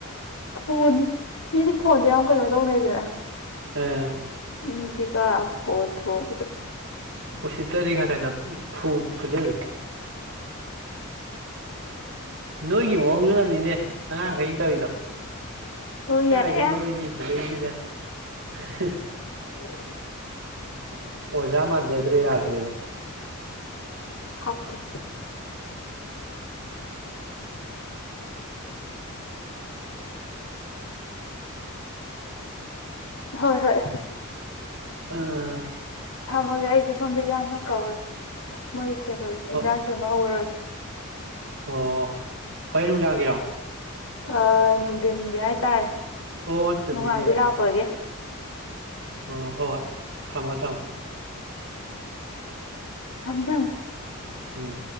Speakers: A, on the left; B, on the right.
A: ꯐꯗꯤ ꯐꯣꯟꯁꯦ ꯌꯥꯝ ꯀꯩꯅꯣ ꯇꯧꯅꯩꯗꯅ
B: ꯎꯝ
A: ꯏꯖꯤꯒ ꯍꯣꯗ ꯍꯕꯗ
B: ꯎꯁꯤꯠꯇꯔꯤ ꯈꯛ ꯀꯅ ꯐꯨꯖꯤꯜꯂ ꯅꯣꯏꯒꯤ ꯃꯑꯣꯡꯗꯨꯅꯅꯤꯅꯦ ꯑꯉꯥꯡꯈꯩꯅ ꯇꯧꯔꯤꯗꯣ
A: ꯍꯣꯏ
B: ꯀꯌꯥꯁꯦꯩꯅꯣ
A: ꯌꯥꯔꯛꯑꯦ
B: ꯑꯣꯏꯗꯤ ꯁꯤꯗꯩꯁꯤꯗ <inaudible>
A: ꯍ
B: ꯍ ꯑꯣꯖꯥ ꯃꯥꯟꯖꯗ꯭ꯔꯦ ꯌꯥꯗ꯭ꯔꯦꯗ
A: ꯍꯥꯐꯇ ꯎ ꯍꯣꯏ ꯍꯣꯏ
B: ꯎꯝ
A: ꯊꯃꯒ ꯑꯩꯁꯨ ꯁꯣꯝꯗ ꯌꯥ ꯀꯔ ꯃꯣꯏ ꯀꯩꯗꯣꯏ ꯏꯟꯖꯥꯡ
B: ꯑꯣ
A: ꯁꯦꯝꯕ ꯍꯧꯔꯣꯏ <inaudible>
B: ꯑꯣ ꯍꯣꯔꯦꯟ ꯅꯨꯃꯤꯗꯥꯡꯒꯤꯔꯣ
A: ꯑ ꯅꯪꯟꯦ ꯍꯥꯏ ꯇꯔꯦ
B: ꯑꯣ ꯆꯨꯝꯃꯤꯅꯦ
A: ꯅꯣꯡꯉꯥꯟꯗꯤ ꯂꯥꯛꯄꯒꯦ
B: ꯎꯝ ꯍꯣꯏ ꯍꯣꯏ ꯊꯝꯃꯣ ꯊꯝꯃꯣ
A: ꯊꯝꯗ
B: ꯎꯝ